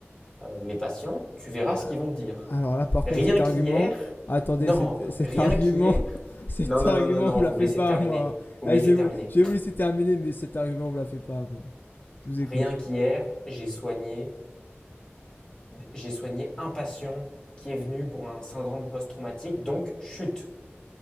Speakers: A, on the left (about 20°); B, on the left (about 45°).
A: euh, mes patients, tu verras ce
B: Euh,
A: qu'ils vont te dire.
B: alors là, par
A: Rien
B: contre, cet argument.
A: qu'hier,
B: Attendez,
A: non,
B: cet, cet
A: rien
B: argument.
A: qu'hier,
B: <laughs> cet
A: non, non,
B: argument,
A: non, non, non,
B: on me
A: vous
B: la
A: me
B: fait
A: laissez
B: pas,
A: terminer,
B: moi. hein.
A: vous
B: Ah,
A: me laissez
B: je, vais,
A: terminer.
B: je vais vous laisser terminer, mais cet argument, on me la fait pas, moi. Je vous écoute.
A: Rien qu'hier, j'ai soigné j'ai soigné un patient qui est venu pour un syndrome post-traumatique, donc chute.